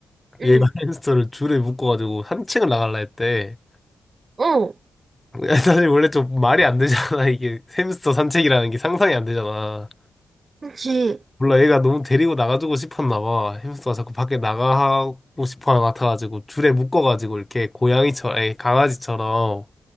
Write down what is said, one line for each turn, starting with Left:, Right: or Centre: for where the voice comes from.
Right: 응.
Left: 얘가 <laughs> 햄스터를 줄에 묶어가지고 산책을 나갈라 했대.
Right: 어.
Left: <laughs> 사실 원래 좀 말이 안 되잖아 이게 햄스터 산책이라는 게 상상이 안 되잖아.
Right: 그치.
Left: 몰라 얘가 너무 데리고 나가주고 싶었나 봐. 햄스터가 자꾸 밖에 나가고 싶어 하는 것 같아가지고 줄에 묶어가지고 이렇게 고양이처럼 아니, 강아지처럼